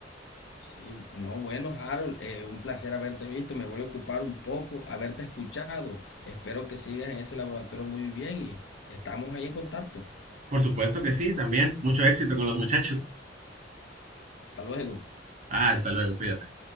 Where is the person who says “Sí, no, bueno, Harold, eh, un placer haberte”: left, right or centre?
Left